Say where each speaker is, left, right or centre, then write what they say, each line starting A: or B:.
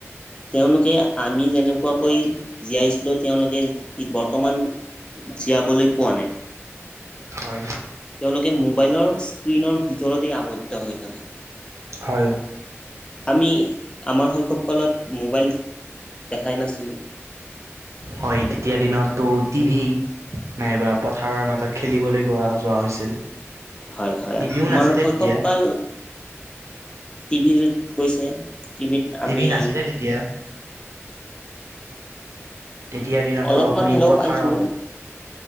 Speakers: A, on the left; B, on the right.
A: তেওঁলোকে আমি যেনেকুৱাকৈ- জীয়াইছিলো, তেওঁলোকে বৰ্তমান জীয়াবলৈ পোৱা নাই।
B: হয়।
A: তেওঁলোকে মোবাইলৰ স্ক্ৰিনৰ ভিতৰতেই আবদ্ধ হৈ থাকে।
B: হয়।
A: আমি আমাৰ শৈশৱ কালত মোবাইল দেখাই নাছিলোঁ।
B: হয়, তেতিয়া দিনতটো টিভি- নাইবা পথাৰৰ মাজত খেলিবলৈ গোৱা, যোৱা হৈছিল।
A: হয়- হয়
B: টিভিও
A: আমাৰ
B: নাছিলে
A: শৈশৱ
B: তেতিয়া,
A: কাল টিভিত গৈছে। টিভিত
B: টিভি
A: আমি
B: নাছিলে তেতিয়া। তেতিয়াৰ দিনতটো
A: অলপমান
B: আপুনি
A: হ'লেও
B: পথাৰত।
A: পাইছো